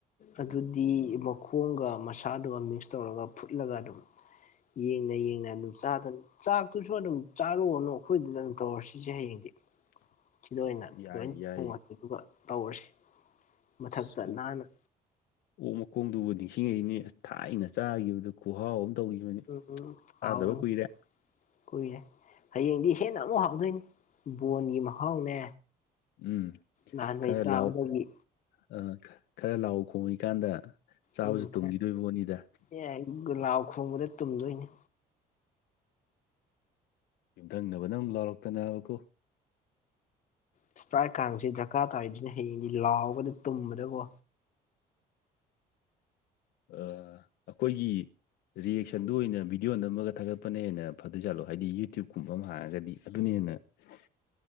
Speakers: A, on the left; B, on the left.
A: ꯑꯗꯨꯗꯤ ꯃꯥꯈꯣꯡꯒ ꯃꯁꯥꯗꯨꯒ ꯃꯤꯛꯁ ꯇꯧꯔꯒ ꯐꯨꯠꯂꯒ ꯑꯗꯨꯝ ꯌꯦꯡꯅ-ꯌꯦꯡꯅ ꯑꯗꯨꯝ ꯆꯥꯗꯅ ꯆꯥꯛꯇꯨꯁꯨ ꯑꯗꯨꯝ ꯆꯥꯔꯣꯔꯅꯨ ꯑꯩꯈꯣꯏꯗꯗꯪ ꯇꯧꯔꯁꯤꯁꯦ ꯍꯌꯦꯡꯗꯤ
B: <inaudible>
A: ꯁꯤꯗ ꯑꯣꯏꯅ
B: ꯌꯥꯏ
A: ꯂꯣꯏ
B: ꯌꯥꯏ
A: ꯊꯣꯡꯉ ꯗꯨꯒ ꯇꯧꯔꯁꯤ ꯃꯊꯛꯇ
B: ꯑꯁ ꯑꯣꯛ
A: ꯅꯥꯟꯅ
B: ꯑꯣꯛ ꯃꯈꯣꯡꯗꯨꯕꯨ ꯅꯤꯡꯁꯤꯡꯉꯤꯅꯦ ꯊꯥꯏꯅ ꯆꯥꯒꯤꯕꯗꯣ ꯈꯨꯨꯍꯥꯎ ꯑꯃ ꯇꯧꯈꯤꯕꯅꯤ
A: ꯎꯝ-ꯎꯝ
B: ꯆꯥꯗꯕ
A: ꯍꯥꯎꯕꯅꯦ
B: ꯀꯨꯏꯔꯦ
A: ꯀꯨꯏꯅꯦ ꯍꯥꯌꯦꯡꯗꯤ ꯍꯦꯟꯅ ꯑꯃꯨꯛ ꯍꯥꯎꯗꯣꯏꯅꯤ ꯕꯣꯟꯒꯤ ꯃꯍꯥꯎꯅꯦ
B: ꯎꯝ
A: ꯅꯍꯥꯟꯋꯥꯏ
B: ꯈꯔ
A: ꯆꯥꯕꯗꯒꯤ
B: ꯂꯥꯎ ꯑꯥ ꯈꯔ ꯂꯥꯎ ꯈꯣꯡꯉꯤꯀꯥꯟꯗ ꯆꯥꯕꯖꯨ
A: ꯎꯝ
B: ꯇꯨꯝꯒꯤꯗꯣꯏꯕꯣꯏ
A: ꯈꯔ
B: ꯄꯣꯠꯅꯤꯗ
A: ꯑꯦ ꯂꯥꯎ ꯈꯣꯡꯕꯗ ꯇꯨꯝꯗꯣꯏꯅꯤ
B: ꯌꯨꯝꯊꯪꯅꯕꯅ ꯑꯃꯨꯛ ꯂꯥꯎꯔꯛꯇꯅꯕꯀꯣ
A: ꯏꯁꯄ꯭ꯔꯥꯏꯠ ꯀꯥꯡꯁꯤ ꯗꯔꯀꯥꯔ ꯇꯥꯏꯖꯤꯅꯦ ꯍꯌꯦꯡꯗꯤ ꯂꯥꯎꯕꯗ ꯇꯨꯝꯕꯗꯒꯣ
B: ꯑꯥ ꯑꯈꯣꯏꯒꯤ ꯔꯤꯌꯦꯛꯁꯟꯗꯨ ꯑꯣꯏꯅ ꯚꯤꯗꯤꯑꯣ ꯅꯝꯃꯒ ꯊꯥꯒꯠꯄꯅ ꯍꯦꯟꯅ ꯐꯥꯗꯣꯏ ꯖꯥꯠꯂꯣ ꯍꯥꯏꯗꯤ ꯌꯨꯇ꯭ꯌꯨꯕꯀꯨꯝꯕ ꯑꯃ ꯍꯥꯡꯉꯒꯗꯤ ꯑꯗꯨꯅꯤ ꯎꯅ <unintelligible>